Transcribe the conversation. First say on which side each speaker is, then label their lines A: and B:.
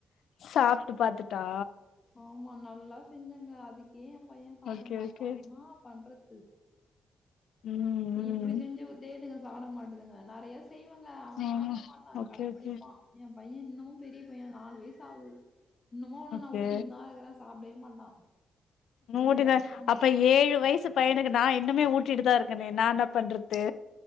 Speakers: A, on the left; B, on the left.
A: சாப்ட்டு பாத்துட்டா
B: ஆமா நல்லா செஞ்சங்க அதுக்கே எ பைய சாப்ட
A: ஓகே
B: மாட்றா
A: ஓகே
B: ன்னா பண்றது
A: ம்
B: நீ இப்டி
A: ம்
B: செஞ்சு குடுதத்துக்கிங்க சாப்ட மாட்டுக்குங்க நெறைய செய்வங்க அவெ
A: ஆமா
B: சாப்ட மாட்டா
A: ஓகே
B: கடுப்படிப்பா
A: ஓகே
B: ஏ பைய இன்னு பெரிய பைய நாலு வயசு ஆகுது இன்னமு அவன
A: ஓகே
B: நா ஊட்டிந்தா இருக்ற சாப்டவே மாட்டா ஒல்லியா
A: ஊட்டிதா
B: கெடப்பானுங்க
A: அப்ப ஏழு வயசு பையனுக்கு நா இன்னுமே ஊட்டிட்டு தா இருக்கனே நா என்ன பண்றது